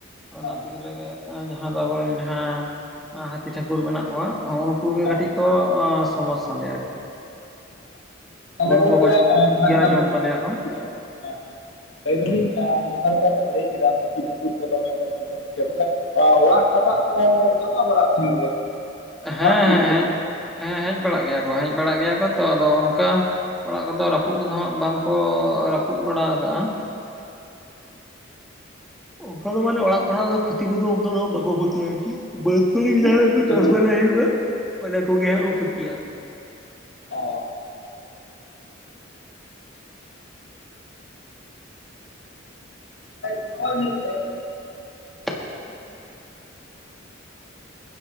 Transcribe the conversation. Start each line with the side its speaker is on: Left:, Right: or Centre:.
Centre: ᱚᱱᱟ
Left: ᱦᱮᱸ
Centre: ᱵᱤᱨ ᱨᱮᱜᱮ ᱡᱟᱦᱟᱸ ᱫᱚ ᱟᱵᱚᱨᱮᱱ ᱡᱟᱦᱟᱸ, ᱦᱟᱹᱛᱤ ᱴᱷᱟᱹᱠᱩᱨ ᱢᱮᱱᱟᱜ ᱠᱚᱣᱟ ᱦᱩᱸᱜ ᱩᱱᱠᱩᱜᱮ
Left: ᱦᱮᱸ
Centre: ᱠᱟᱹᱴᱤᱡ ᱠᱚ ᱥᱚᱢᱚᱥᱥᱟ ᱞᱮᱭᱟ ᱟᱨᱠᱤ᱾
Left: ᱛᱟᱦᱞᱮ
Centre: ᱦᱩᱲᱩ
Left: ᱜᱚᱝᱠᱮ
Centre: ᱠᱚᱠᱚ ᱠᱷᱚᱛᱤᱭᱟ
Left: ᱡᱟᱦᱟᱸ ᱞᱮᱠᱟ
Centre: ᱡᱚᱢ
Left: ᱵᱤᱱ ᱞᱟᱹᱭ
Centre: ᱛᱟᱞᱮᱭᱟ
Left: ᱠᱮᱫᱟ
Centre: ᱠᱚ
Left: ᱦᱟᱛᱤ ᱴᱷᱟᱹᱠᱩᱨ ᱦᱮᱸ ᱦᱮ᱾ ᱞᱟᱹᱭ ᱫᱟᱞᱤᱧ ᱡᱟᱦᱟᱸ ᱞᱮᱠᱟ ᱵᱮᱱ ᱞᱟᱹᱭ ᱠᱮᱫᱟ, ᱦᱟᱹᱛᱤ ᱴᱷᱟᱠᱩᱨ ᱠᱚ ᱫᱚᱢᱮ ᱠᱚ, ᱥᱚᱢᱚᱥᱥᱟ ᱯᱮᱭᱟ ᱛᱟᱦᱚᱞᱮ? ᱚᱲᱟᱜ ᱡᱟᱯᱟᱜ ᱠᱚ, ᱪᱟᱞᱟᱣ ᱵᱟᱲᱟᱜ ᱛᱟᱦᱮᱱ ᱜᱮᱭᱟ ᱥᱮ ᱵᱟᱝ?
Centre: ᱦᱮᱸᱻ ᱦᱮᱸᱻ
Left: ᱚᱲᱟᱜ ᱥᱩᱨ ᱥᱮᱫ
Centre: ᱦᱮᱸᱻ᱾ ᱦᱮᱡ ᱵᱟᱲᱟᱜ ᱜᱮᱭᱟ ᱠᱚ, ᱦᱮᱡ ᱵᱟᱲᱟᱜ ᱜᱮᱭᱟ ᱠᱚ ᱛᱚ ᱟᱫᱚ ᱚᱱᱠᱟ ᱚᱲᱟᱜ ᱠᱚᱫᱚ ᱨᱟᱹᱯᱩᱫ ᱠᱚᱫᱚ ᱦᱟᱸᱜ, ᱵᱟᱝ ᱠᱚ ᱨᱟᱹᱯᱩᱫ ᱵᱟᱲᱟ ᱠᱟᱜᱼᱟ᱾ ᱚᱱᱠᱟ ᱫᱚ ᱢᱟᱱᱮ ᱚᱲᱟᱜ ᱠᱷᱚᱱᱟᱜ ᱫᱚ, ᱠᱷᱚᱛᱤ ᱠᱚᱫᱚ ᱚᱱᱠᱟ ᱫᱚ ᱦᱟᱸᱜ ᱵᱟᱠᱚ ᱠᱷᱚᱛᱤᱭᱟ ᱟᱹᱨᱠᱤ᱾ ᱵᱟᱹᱛ ᱠᱚᱨᱮ ᱜᱮ, ᱡᱟᱦᱟ
Left: ᱟᱯᱮ
Centre: ᱱᱟᱜ ᱪᱟᱥ ᱵᱟᱲᱟ ᱦᱳᱭᱩᱜᱼᱟ᱾ ᱚᱱᱟ ᱠᱚᱜᱮ ᱠᱚ ᱦᱟᱸᱜ ᱠᱚ, ᱠᱷᱩᱛᱤᱭᱟ ᱟᱨᱠᱤ᱾
Left: ᱚ <inaudible> <unintelligible>
Centre: <inaudible> <inaudible>